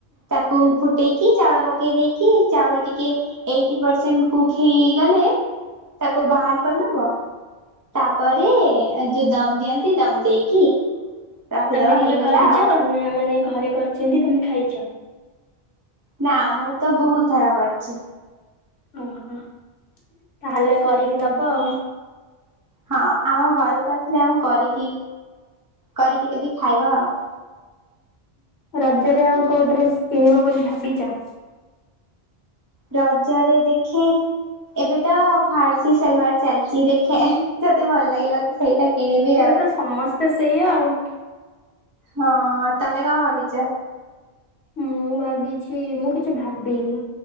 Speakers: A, on the right; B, on the left.
A: ତାକୁ ଫୁଟେଇକି ଚାଉଳ ପକେଇ ଦେଇକି ଚାଉଳ ଟିକେ ଏଇଟି ପରସେଣ୍ଟ କୁକ୍ ହେଇଗଲେ ତାକୁ ବାହାର କରିନବ। ତାପରେ ଏ ଯୋଉ ଦମ୍ ଦିଅନ୍ତି, ଦମ୍ ଦେଇକି ରଖିଦବା
B: ତୋମେ କେବେ
A: ହେଇଗଲା
B: କରିଚ
A: ଆଉ।
B: ନା ମାନେ ଘରେ କରିଛନ୍ତି ତୋମେ ଖାଇଛ?
A: ନା ମୁଁ ତ ବହୁତ ଥର କରିଛି।
B: ଓହୋ, ତାହେଲେ କରିକି ଦବ।
A: ହଁ ଆମ ଘରୁକୁ ଆସିଲେ, ଆମ କରିକି କରିକି ଦେବି ଖାଇବ ଆଉ।
B: ରଜରେ ଆଉ କୋଉ ଡ୍ରେସ୍ କିଣିବ ବୋଲି ଭାବିଚ?
A: ରଜରେ ଦେଖେଁ। ଏବେ ତ ଫାର୍ସି ସଲୱାର ଚାଲିଚି ଦେଖେ ଏହେ ଯଦି ଭଲ ଲାଗିଲା ତ ସେଇଟା କିଣିବି
B: ଏବେ
A: ଆଉ।
B: ତ ସମସ୍ତେ ସେଇଆ ଆଉ।
A: ହଁ, ତୋମେ କଣ ଭାବିଚ?
B: ମୁଁ ଭାବିଛି, ମୁଁ କିଛି ଭାବିନି,